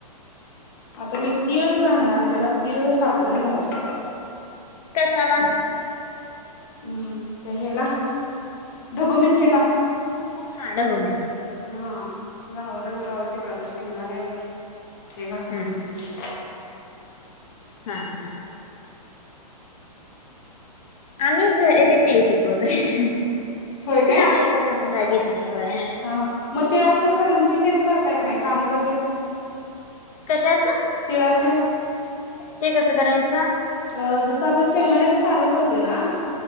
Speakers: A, on the left; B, on the left.
A: आता मी तिळच घालणार आहे त्याला, तिळ सापडना झाल्यात.
B: कशाला?
A: हम्म ते हेला ढबू मिरचीला.
B: हा ढबू मिर
A: हम्म घावन झाल तर राहूदे तिकड तर शेंगदाणे आणि ते घालतो
B: हम्म हम्म.
A: नुसतं कुट.
B: हा हा. आम्ही घरी तीळ पिकवतोय तरी
A: होय काय?
B: आम्हाला विकत आणायला लागत नाही व्हयं.
A: हा मग तिळाचं करंजी तेन करताय का नाही कानूलं तेन?
B: कशाच?
A: तिळाचे.
B: ते कसं करायचं?
A: अ जसं आपण शेंगदाण्याचं सारण करतोय ना